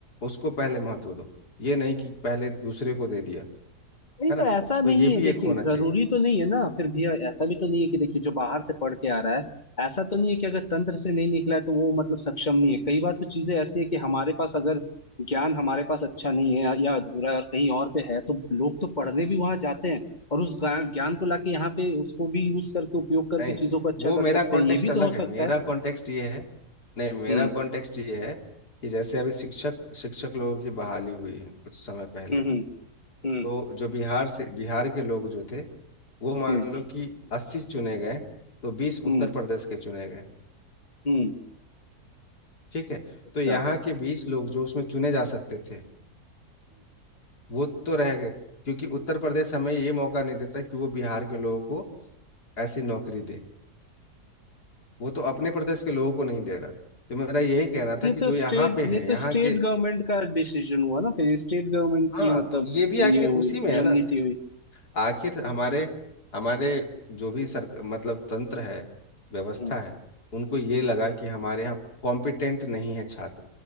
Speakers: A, on the left; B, on the left.
A: उसको पहले महत्व दो ये नहीं कि पहले दूसरे को दे दिया
B: नहीं
A: है
B: तो
A: ना
B: ऐसा नहीं
A: तो ये भी
B: है देखिए
A: एक होना चाहिए
B: जरूरी तो नहीं है ना फिर भी ऐसा भी तो नहीं है कि देखिए जो बाहर से पढ़ के आ रहा है ऐसा तो नहीं है कि अगर तंत्र से नहीं निकला है तो वो मतलब सक्षम नहीं है कई बार तो चीजें ऐसी है कि हमारे पास अगर ज्ञान हमारे पास अच्छा नहीं है या अधूरा है और कहीं और पे है तो लोग तो पढ़ने भी वहां जाते हैं और उस ज्ञान ज्ञान को लाके यहाँ पे उसको भी यूज करके उपयोग करके
A: नहीं
B: चीजों को अच्छा
A: वो
B: कर
A: मेरा
B: सकते
A: कॉन्टेक्स्ट
B: हैं ये भी तो
A: अलग
B: हो
A: है
B: सकता
A: मेरा
B: है
A: कॉन्टेक्स्ट ये है नहीं मेरा
B: हम्म
A: कॉन्टेक्स्ट ये है कि जैसे अभी शिक्षक शिक्षक लोगों की बहाली हुई है कुछ समय पहले
B: हम्म हम्म
A: तो जो बिहार से बिहार के लोग जो थे वो मान
B: हम्म हम्म
A: लो कि अस्सी चुने गए तो बीस उत्तर
B: हम्म
A: प्रदेश के चुने गए
B: हम्म,
A: ठीक है
B: अच्छा
A: तो यहाँ के बीस लोग जो उसमें चुने जा सकते थे वो तो रह गए क्योंकि उत्तर प्रदेश हमें ये मौका नहीं देता कि वो बिहार के लोगों को ऐसी नौकरी दे वो तो अपने प्रदेश के लोगों को नहीं दे रहा तो मेरा यही कहना था
B: ये
A: कि
B: तो
A: जो यहाँ
B: स्टेट
A: पे हैं
B: ये
A: यहाँ
B: तो स्टेट
A: के
B: गवर्नमेंट का डिसीजन हुआ ना फिर स्टेट गवर्नमेंट
A: हाँ
B: की मतलब
A: तो ये भी आखिर
B: ये हुई
A: उसी में है
B: रणनीति
A: ना
B: हुई
A: आखिर हमारे हमारे जो भी सर मतलब तंत्र है व्यवस्था
B: हम्म
A: है उनको ये लगा कि हमारे यहाँ कॉम्पिटेंट नहीं है छात्र